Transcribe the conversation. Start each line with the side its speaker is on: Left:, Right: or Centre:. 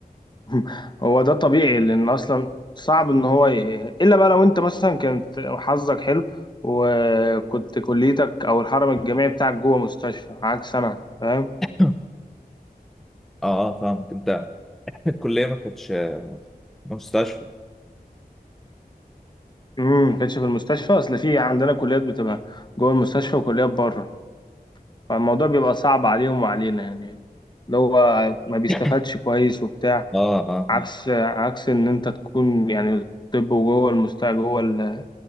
Left: <laughs> هو ده طبيعي لان اصلا صعب ان هو ي... الا بقى لو انت مثلا كانت حظك حلو وكنت كليتك او الحرم الجامعي بتاعك جوه مستشفى عكس انا فاهم
Centre: <coughs> اه اه فاهمك انت <laughs> الكليه ما كانتش مستشفى
Left: امم ما كانتش في المستشفى اصل في عندنا كليات بتبقى جوه المستشفى وكليات بره فالموضوع بيبقى صعب عليهم وعلينا يعني اللي هو ما بيستفادش
Centre: <coughs>
Left: كويس وبتاع
Centre: اه اه
Left: عكس
Centre: فاهم.
Left: عكس ان انت تكون يعني طب وجوه المستشفى جوه